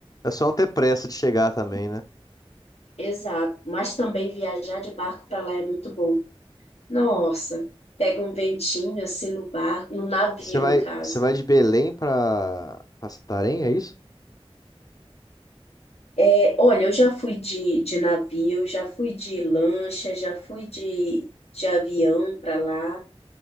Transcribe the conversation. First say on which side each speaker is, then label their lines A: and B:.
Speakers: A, on the left; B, on the left.
A: é só não ter pressa de chegar também, né?
B: exato, mas também viajar de barco para lá é muito bom. Nossa, pega um ventinho assim no barco, no navio,
A: Você vai,
B: no caso.
A: você vai de Belém pra, pra Santarém, é isso?
B: É, olha, eu já fui de, de navio, já fui de lancha, já fui de, de avião para lá,